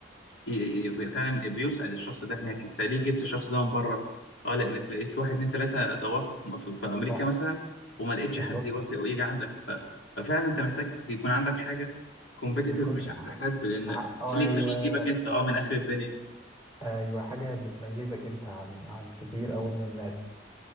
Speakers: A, on the left (about 80°); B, on the left (about 30°).
A: ي- ي- يبقى فعلا بيسأل الشخص ده هناك انت ليه جبت الشخص ده من بره اه لانك لقيت في واحد اتنين تلاته دورت في, في, في امريكا
B: صح
A: مثلا وما لقيتش
B: بالظبط
A: حد يوافق ويجي عندك ف... ففعلا انت محتاج ت- يكون عندك حاجه كومبيتيتيف
B: يكون
A: مش
B: ع-
A: عند حد لان
B: ع-
A: ايه
B: اه
A: اللي
B: ايوه
A: يخليه يجيبك انت اه من اخر الدنيا
B: ايوه حاجه بتميزك انت عن عن كتير قوي من الناس